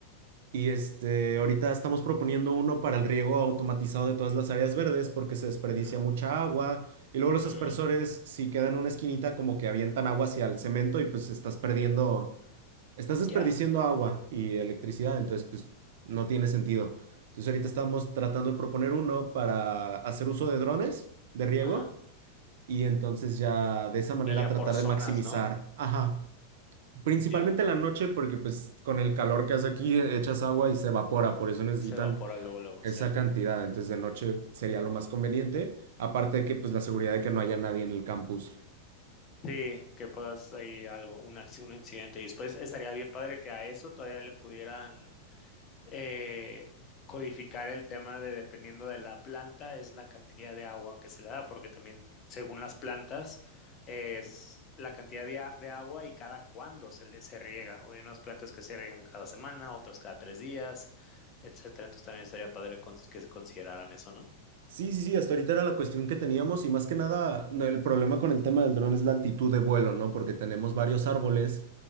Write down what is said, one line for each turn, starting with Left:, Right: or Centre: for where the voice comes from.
Right: Y este, ahorita estamos proponiendo uno para el riego automatizado de todas las áreas verdes porque se desperdicia
Left: ujú.
Right: mucha agua. Y luego los
Left: Mm,
Right: aspersores, si quedan en una esquinita, como que avientan agua hacia el cemento y pues estás perdiendo, estás
Left: ya.
Right: desperdiciando agua y electricidad, entonces pues no tiene sentido. Entonces ahorita estamos tratando de proponer uno para hacer uso de drones de riego
Left: Ajá.
Right: y entonces ya de esa manera
Left: Y ya
Right: tratar
Left: por zonas,
Right: de maximizar,
Left: ¿no?
Right: ajá, Principalmente
Left: Ya
Right: en la noche, porque pues con el calor que hace aquí e- echas agua y se evapora, por eso necesitan
Left: se evapora luego, luego,
Right: esa
Left: sí.
Right: cantidad. Entonces de noche sería lo más conveniente, aparte de que pues la seguridad de que no haya nadie en el campus.
Left: Sí, que puedas ahí algo, un, acci- un incidente. Y después estaría bien padre que a eso todavía le pudieran eh, codificar el tema de dependiendo de la planta, es la cantidad de agua que se le da, porque también según las plantas es la cantidad de, a- de agua y cada cuándo se le se riega. O Hay unas plantas que se riegan cada semana, otras cada tres días, etcétera. Entonces también estaría padre cons- que se consideraran eso, ¿no?
Right: Sí, sí, sí, hasta ahorita era la cuestión que teníamos y más que nada no, el problema con el tema del dron es la altitud de vuelo, ¿no? Porque tenemos
Left: Ujú.
Right: varios árboles